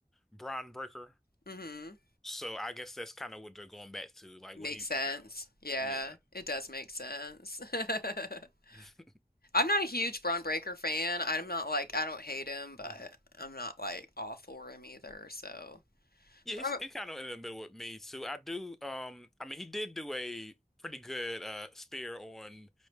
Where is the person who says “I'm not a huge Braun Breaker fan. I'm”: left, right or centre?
Left